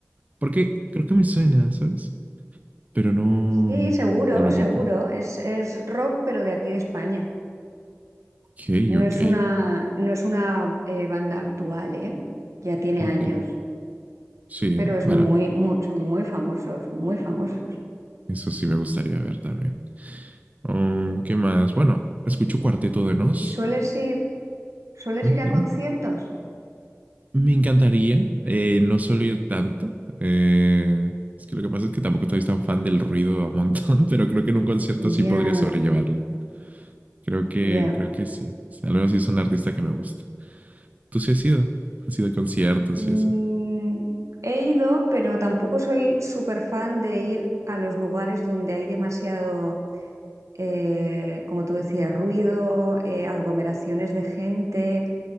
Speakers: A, on the right (about 30°); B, on the right (about 80°).
A: Porque creo que me suena, ¿sabes? Pero no,
B: sí, seguro,
A: no lo
B: seguro.
A: ubico.
B: Es, es rock, pero de aquí de España.
A: Ok,
B: No
A: ok,
B: es una, no es una eh, banda actual, ¿eh? Ya tiene
A: ok.
B: años.
A: Sí,
B: pero es
A: bueno,
B: muy, muy- son muy famosos, muy famosos.
A: eso sí me gustaría ver también. Um, ¿Qué más? Bueno, escucho Cuarteto de Nos.
B: ¿Y sueles ir, sueles
A: ¿Mm?
B: ir
A: Dime.
B: a conciertos?
A: Me encantaría eh, no solo ir tanto. eh, es que lo que pasa es que tampoco estoy tan fan del ruido a montón, <laughs> pero creo que en un concierto
B: Ya,
A: sí podría sobrellevarlo. Creo que,
B: ya.
A: creo que sí. O sea, al menos sí es un artista que me gusta. ¿Tú sí has ido? ¿Has ido a conciertos
B: Mm,
A: y eso?
B: he ido, pero tampoco soy súper fan de ir a los lugares donde hay demasiado, eh, como tú decías, ruido, eh, aglomeraciones de gente.